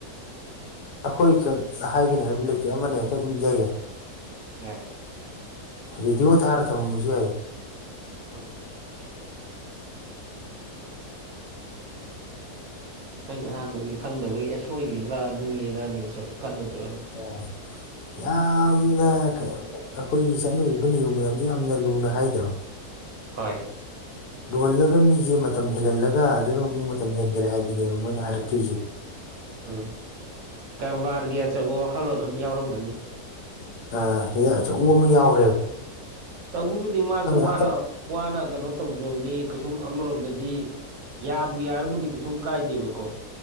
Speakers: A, on the left; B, on the right.
A: ꯑꯩꯈꯣꯏ ꯈꯛ ꯍꯥꯏꯒꯅꯤ ꯍꯥꯏꯕ ꯂꯩꯇꯦ ꯑꯃꯅ ꯍꯦꯛꯇ ꯑꯗꯨꯝ ꯏꯌꯥꯌꯥꯏ꯫
B: <unintelligible>
A: ꯔꯦꯗꯤꯑꯣ ꯊꯥꯔ ꯊꯃꯝꯃꯁꯨ ꯌꯥꯏ꯫
B: ꯎꯝ꯫ ꯑꯩꯈꯣꯏꯅ ꯑꯍꯥꯟꯕꯒꯤ ꯈꯪꯗꯕꯒꯤ ꯑꯦ ꯁꯣꯏꯈꯤꯗ꯭ꯔꯥ ꯑꯗꯨꯅꯤ ꯑꯗꯥꯅꯤꯒꯤ ꯁꯨꯝ ꯈꯜꯂꯨꯕꯩ ꯋꯥꯅꯤ꯫
A: <unintelligible> ꯌꯥꯝꯅ ꯑꯩꯈꯣꯏꯒꯤ ꯆꯠꯅꯔꯤꯕ ꯅꯤꯌꯣꯝ ꯃꯌꯥꯝꯗꯨ ꯌꯥꯝꯅ ꯂꯨꯅ ꯍꯥꯏꯗ꯭ꯔꯣ꯫
B: ꯍꯣꯏ꯫
A: ꯂꯨꯍꯜꯂꯒ ꯃꯤꯁꯦ ꯃꯇꯝ ꯍꯦꯜꯍꯜꯂꯒ ꯑꯗꯨꯅ ꯑꯃꯨꯛ ꯃꯇꯝ ꯍꯦꯟꯈꯔꯦ ꯍꯥꯏꯕꯅꯦꯕ ꯃꯣꯏꯅ ꯍꯥꯏꯔꯛꯇꯣꯏꯁꯦ꯫
B: ꯎꯝ ꯀꯔꯕꯥꯔꯒꯤ ꯑꯆꯧꯕ ꯋꯥꯈꯜꯂꯣꯟ ꯑꯃ ꯌꯥꯎꯔꯝꯕꯅꯤ꯫
A: ꯑ ꯁꯤꯗ ꯑꯆꯧꯕ ꯑꯃ ꯌꯥꯎ꯫
B: ꯎꯝ ꯇꯧꯕꯕꯨꯗꯤ ꯃꯥꯁꯨ ꯋꯥꯅ꯫
A: ꯍꯟꯗꯛ
B: ꯋꯥꯅ ꯀꯩꯅꯣ ꯇꯧꯖꯕꯅꯤ ꯀꯩꯁꯨꯝ ꯑꯃꯔꯣꯝꯗꯗꯤ꯫ ꯌꯥꯕꯨ ꯌꯥꯔꯕꯨꯗꯤ ꯀꯩꯁꯨꯝ ꯀꯥꯏꯗꯦꯕꯀꯣ꯫